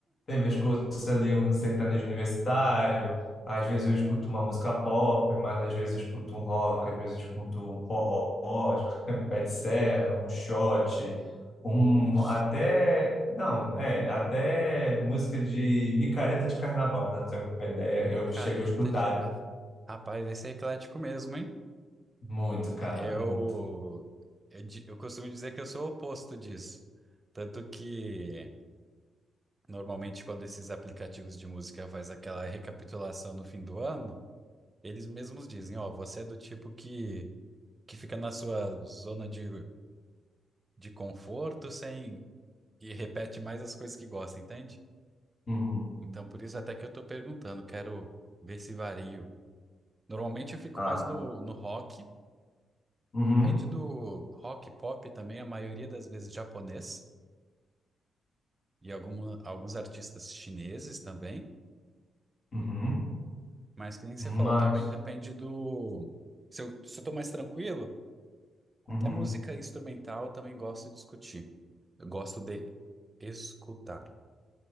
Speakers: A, on the left; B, on the right.
A: Tem vezes que eu ouço ali um sertanejo universitário, às vezes eu escuto uma música pop, mas às vezes eu escuto um rock, às vezes eu escuto um forró, <laughs> um pé de serra, um shot, um
B: Nossa,
A: até, não, é, até música de micareta de carnaval, para ter uma ideia,
B: micareta
A: eu chego a escutar
B: de. Rapaz, esse é eclético mesmo, hein?
A: muito, cara,
B: Eu,
A: muito.
B: eu, di- eu costumo dizer que eu sou o oposto disso. Tanto que, normalmente, quando esses aplicativos de música faz aquela recapitulação no fim do ano, eles mesmos dizem, ó, você é do tipo que, que fica na sua zona de, de conforto sem, e repete mais as coisas que gosta, entende?
A: Uhum.
B: Então, por isso até que eu tô perguntando, quero ver se vario. Normalmente eu fico
A: Ah,
B: mais no, no rock,
A: uhum,
B: depende do rock, pop também, a maioria das vezes japonês. E alguma, alguns artistas chineses também,
A: uhum,
B: mas que nem você
A: mas,
B: falou, também depende do. Se eu, se eu tô mais tranquilo, até
A: uhum,
B: música instrumental eu também gosto de discutir. Eu gosto de escutar.